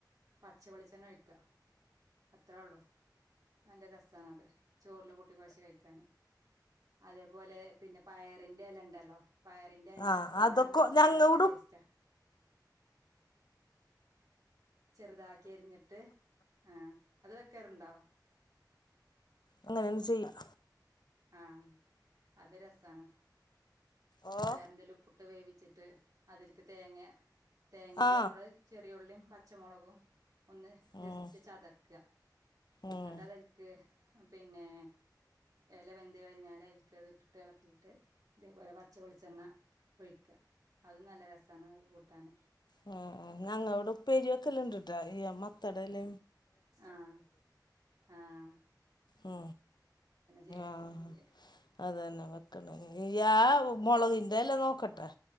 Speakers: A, on the right; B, on the left.
A: പച്ചവെളിച്ചെണ്ണ ഒഴി ക്കഅത്രേ ഉള്ളൂ നല്ല രസാണത് ചോറിൽ കൂട്ടി കൊഴച്ച് കഴിക്കാന് അതേപോലെ പിന്നെ പയറിന്റെ എ ലണ്ടല്ലോ പയറിന്റെ ഇല
B: ആ
A: തോരം
B: അതൊക്കെ
A: വെച്ചാലും
B: ഞങ്ങ
A: നല്ല
B: ഇടും
A: ടേസ്റ്റാ ചെറുതാക്കി അരിഞ്ഞിട്ട് ആഹ അത് വെക്കാറുണ്ടോ
B: അങ്ങനെയെന്ന് ചെയ്യാം
A: ആഹ അത് രസമാണ്
B: ഓ
A: വയറിന്റെലുപ്പു ട്ട്ട് ഇട്ട് വേവിച്ചിട്ട് അതിൽക്ക് തേങ്ങ തേങ്ങേൽ
B: ആ
A: നമ്മള് ചെറിയ ഉള്ളീം പച്ചമുളകും ഒന്ന് ജസ്റ്റ്
B: ഉം
A: ചതക്യ
B: ഉം
A: ഇങ്ങട്ട് അതൽ ക്ക് പിന്നെ ഇല വെന്ത് കഴിഞ്ഞാല് അയിക്ക് തിട്ടിട്ട് ഇളക്കിയിട്ട് ഇതേപോലെ പച്ചവെളിച്ചെണ്ണ ഒഴിക്ക്യ അത് നല്ല രസമാണ് അത് കൂട്ടാന്
B: മ് മ് ആ ഞങ്ങള ടെ ഉപ്പേരിയ ഒക്കെല്ല ഇണ്ടിട്ടാ ഈ ത്തെ ടല
A: ആഹ ആഹ
B: ഉ
A: ചെയ്തിട്ടില്ലെങ്കില്
B: ആഹ അതന്നെ വെക്കണ <unintelligible> മുളകിന്റെല്ല നോക്കട്ടെ